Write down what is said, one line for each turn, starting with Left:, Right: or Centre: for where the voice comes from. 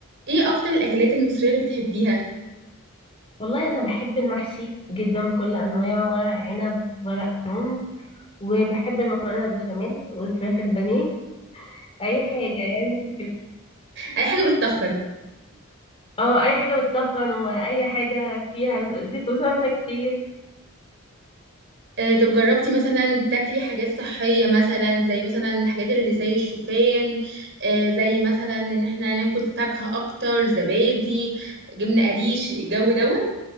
Right: ايه اكتر الاكلات المصريه اللي بتحبيها
Left: والله أنا بحب المحشي جدا بكل أنواعه ورق عنب ورق كرنب وبحب المكرونة البشاميل والفراخ البانيه أي حاجة يعني كده
Right: اي حاجه بتتخن
Left: اه أي حاجة بتطخن وأي حاجة فيها زيت وسمنة كتير
Right: آه، طب جربتي مثلا تاكلي حاجات صحيه مثلا زي مثلا الحاجات اللي زي الشوفان آه، زي مثلا ان احنا ناخد فاكهه اكتر زبادي جبنه قريش الجو دوت